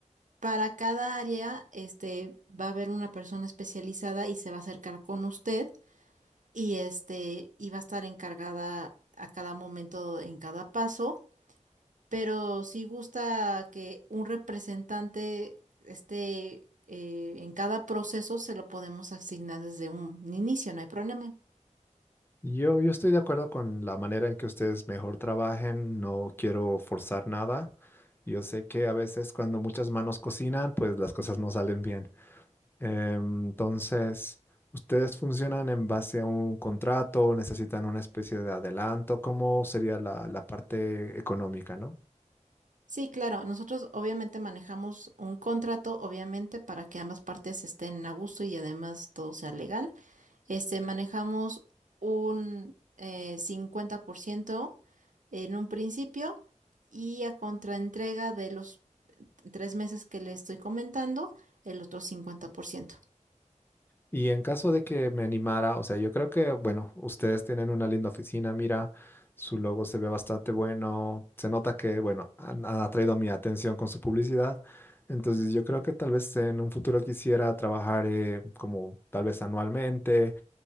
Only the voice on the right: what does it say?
Para cada área, este, va a haber una persona especializada y se va a acercar con usted y este iba a estar encargada a cada momento en cada paso, pero sí gusta que un representante esté eh, en cada proceso, se lo podemos asignar desde un inicio, no hay problema.
Sí, claro, nosotros obviamente manejamos un contrato, obviamente, para que ambas partes estén a gusto y además todo sea legal. Este, manejamos un eh, 50% en un principio y a contraentrega de los tres meses que le estoy comentando, el otro 50%.